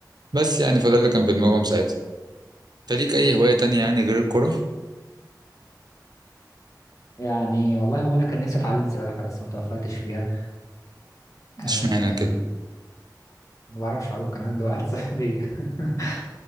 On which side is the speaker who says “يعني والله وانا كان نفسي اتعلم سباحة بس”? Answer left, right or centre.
Left